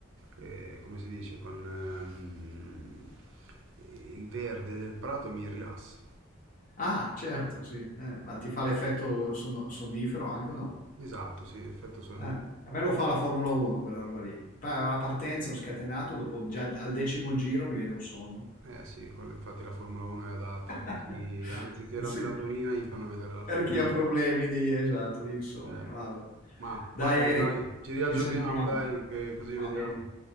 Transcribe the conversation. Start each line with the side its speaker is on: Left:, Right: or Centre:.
Right: eh, come si dice, con ehm, il verde del prato mi rilassa.
Left: Ah, certo, sì. eh, ma ti fa l'effetto sonno- sonnifero anche o no?
Right: Esatto, sì, effetto sonnino.
Left: Ah, a me lo fa la Formula 1 quella roba lì. Pa- La partenza, ho scatenato, dopo già al decimo giro mi viene un sonno.
Right: Eh sì, quello infatti la Formula 1 è adatta
Left: <laughs>
Right: per chi, anziché la
Left: Sì,
Right: melatonina, gli fanno vedere la
Left: per
Right: Formula
Left: chi ha
Right: 1.
Left: problemi di, esatto, di insonnia.
Right: Eh,
Left: Vabbè.
Right: Ma
Left: Dai
Right: vabbè,
Left: Eric,
Right: dai, ci riaggiorniamo,
Left: ci sentiamo.
Right: dai, che così
Left: Va
Right: vediamo
Left: bene.